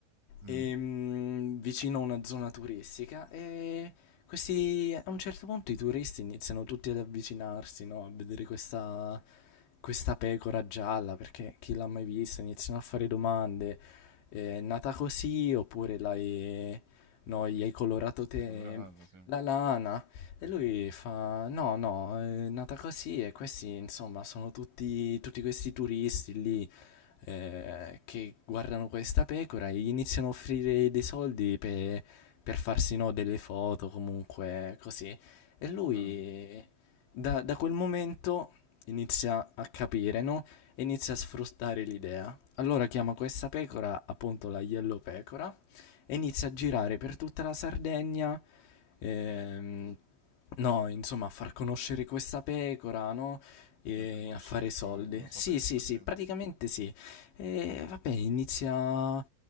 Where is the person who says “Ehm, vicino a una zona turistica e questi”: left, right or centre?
Left